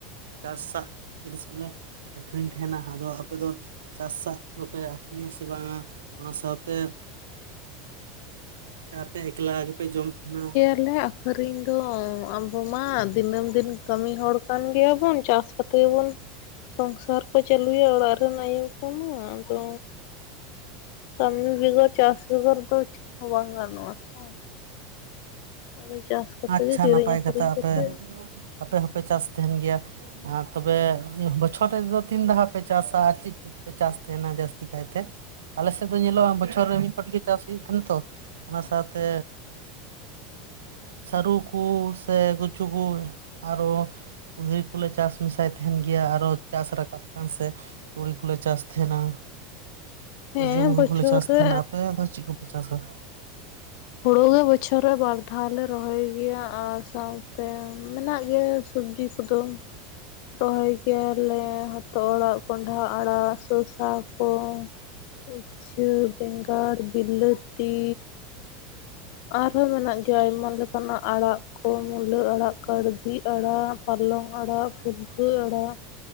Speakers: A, on the right (about 85°); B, on the left (about 60°).
A: ᱪᱟᱥᱟᱜ ᱡᱤᱱᱤᱥ ᱵᱚᱞᱮ ᱟᱹᱠᱷᱨᱤᱧ ᱛᱮᱦᱮᱸᱱᱟ ᱟᱫᱚ ᱟᱯᱮ ᱫᱚ ᱪᱟᱥ ᱟᱜ ᱫᱚᱯᱮ ᱟᱠᱷᱨᱤᱧ ᱟᱥᱮ ᱵᱟᱝ-ᱟ ᱚᱱᱟ ᱥᱟᱶᱛᱮ ᱥᱮ ᱟᱯᱮ ᱮᱠᱞᱟ ᱜᱮᱯᱮ ᱡᱚᱢ ᱛᱮᱦᱮᱸᱱᱟ?
B: ᱟᱞᱮ ᱟᱠᱷᱨᱤᱧ ᱫᱚ ᱟᱵᱚ ᱢᱟ ᱫᱤᱱᱟᱹᱢ ᱫᱤᱱ ᱠᱟᱹᱢᱤ ᱦᱚᱲ ᱠᱟᱱ ᱜᱮᱭᱟᱵᱚᱱ ᱪᱟᱥ ᱠᱟᱛᱮ ᱵᱚᱱ ᱥᱚᱝᱥᱟᱨ ᱠᱚ ᱪᱟᱹᱞᱩᱭᱟ ᱚᱲᱟᱜ ᱨᱮᱱ ᱟᱭᱩ ᱠᱚ ᱢᱟ ᱟᱫᱚ ᱠᱟᱹᱢᱤ ᱵᱮᱜᱚᱨ ᱪᱟᱥ ᱵᱮᱜᱚᱨ ᱫᱚ ᱪᱮᱫ ᱦᱚᱸ ᱵᱟᱝ ᱜᱟᱱᱚᱜᱼᱟ ᱛᱚ᱾ ᱟᱫᱚ ᱪᱟᱥ ᱠᱟᱛᱮ
A: ᱟᱪᱪᱷᱟ
B: ᱜᱮ ᱠᱤᱨᱤᱧ
A: ᱱᱟᱯᱟᱭ
B: ᱟᱹᱠᱷᱨᱤᱧ
A: ᱠᱟᱛᱷᱟ ᱟᱯᱮ,
B: ᱠᱟᱛᱮᱜ
A: ᱟᱯᱮ ᱦᱚᱸᱯᱮ ᱪᱟᱥ ᱛᱮᱦᱮᱸᱱ ᱜᱮᱭᱟ᱾ ᱟᱨ ᱛᱚᱵᱮ ᱵᱚᱪᱷᱚᱨ ᱨᱮᱫᱚ ᱛᱤᱱ ᱫᱷᱟᱣ ᱯᱮ ᱪᱟᱥᱟ ᱟᱨ ᱪᱤᱫ ᱪᱤᱫ ᱯᱮ ᱪᱟᱥ ᱛᱮᱦᱮᱸᱱᱟ ᱡᱟᱥᱛᱤ ᱠᱟᱭᱛᱮ? ᱟᱞᱮ ᱥᱮᱫ ᱫᱚ ᱧᱮᱞᱚᱜᱼᱟ ᱵᱚᱪᱷᱚᱨ ᱨᱮ ᱢᱤᱫ ᱪᱷᱚᱴ ᱜᱮ ᱪᱟᱥ ᱦᱩᱭᱩᱜ ᱛᱮᱦᱮᱸᱱᱟ ᱛᱚ ᱚᱱᱟ ᱥᱟᱶᱛᱮ ᱥᱟᱹᱨᱩ ᱠᱩ ᱥᱮ ᱠᱩᱪᱩ ᱠᱩ ᱟᱨᱚ ᱠᱩᱸᱫᱽᱨᱤ ᱠᱚᱞᱮ ᱪᱟᱥ ᱢᱮᱥᱟᱭ ᱛᱟᱦᱮᱸᱱ ᱜᱮᱭᱟ᱾ ᱟᱨᱚ ᱪᱟᱥ ᱨᱟᱠᱟᱵ ᱠᱟᱱ ᱥᱮ ᱛᱩᱲᱤ ᱠᱩᱞᱮ ᱪᱟᱥ ᱛᱮᱦᱮᱸᱱᱟ ᱥᱩᱨᱡᱳ
B: ᱦᱮᱸ
A: ᱢᱩᱠᱷᱤ
B: ᱵᱚᱪᱷᱚᱨ
A: ᱠᱚᱞᱮ ᱪᱟᱥ
B: ᱨᱮ
A: ᱛᱮᱦᱮᱸᱱᱟ ᱟᱯᱮ ᱫᱚ ᱪᱮᱫ ᱠᱚᱯᱮ ᱪᱟᱥ-ᱟ?
B: ᱦᱳᱲᱳ ᱜᱮ ᱵᱚᱪᱷᱚᱨ ᱨᱮ ᱵᱟᱨ ᱫᱷᱟᱣ ᱞᱮ ᱨᱚᱦᱚᱭ ᱜᱮᱭᱟ ᱟᱨ ᱥᱟᱣᱛᱮ ᱢᱮᱱᱟᱜ ᱜᱮᱭᱟ᱾ ᱥᱚᱵᱽᱡᱤ ᱠᱚᱫᱚ ᱨᱚᱦᱚᱭ ᱜᱮᱭᱟ ᱞᱮ ᱦᱚᱛᱚᱫ ᱟᱲᱟᱜ, ᱠᱚᱸᱱᱰᱦᱟ ᱟᱲᱟᱜ ᱥᱚᱥᱟ᱾ ᱠᱚ, ᱩᱪᱪᱷᱟᱹ, ᱵᱮᱸᱜᱟᱲ, ᱵᱤᱞᱟᱹᱛᱤ᱾ ᱟᱨᱦᱚᱸ ᱢᱮᱱᱟᱜ ᱜᱮᱭᱟ ᱟᱭᱢᱟ ᱞᱮᱠᱟ ᱱᱟᱜ ᱟᱲᱟᱜ᱾ ᱠᱚ ᱢᱩᱞᱟᱹ ᱟᱲᱟᱜ, ᱠᱟᱲᱫᱤ ᱟᱲᱟᱜ, ᱯᱟᱞᱚᱝ ᱟᱲᱟᱜ, ᱯᱩᱞᱠᱟᱹ ᱟᱲᱟᱜ᱾